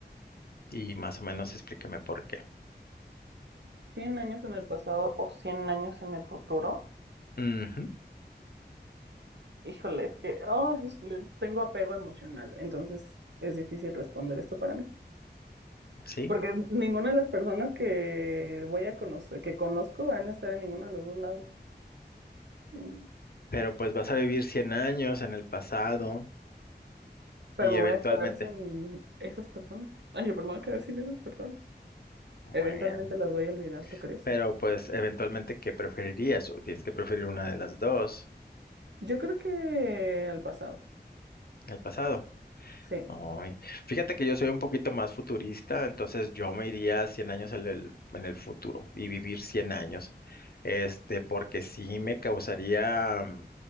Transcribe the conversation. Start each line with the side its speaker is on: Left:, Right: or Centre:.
Left: Y más o menos explícame por qué.
Right: ¿Cien años en el pasado o 100 años en el futuro.
Left: Ujú,
Right: Híjole, es que ay, le tengo apego emocional, entonces es difícil responder esto para mí.
Left: sí,
Right: Porque ninguna de las personas que voy a conocer, que conozco, van a estar en ninguno de los dos lados. Mm,
Left: Pero pues vas a vivir 100 años en el pasado
Right: Pero
Left: y
Right: me
Left: eventualmente,
Right: voy a quedar sin esas personas. Ay, yo, pero me voy
Left: ah,
Right: a quedar sin esas personas.
Left: bueno,
Right: Eventualmente las voy a olvidar, ¿tú crees?
Left: pero pues eventualmente, ¿qué preferirías? O tienes que preferir una de las dos,
Right: Yo creo que al pasado.
Left: el pasado.
Right: Sí.
Left: Ay, Fíjate que yo soy un poquito más futurista, entonces yo me iría 100 años en el, en el futuro y vivir 100 años, este, porque sí me causaría, mm,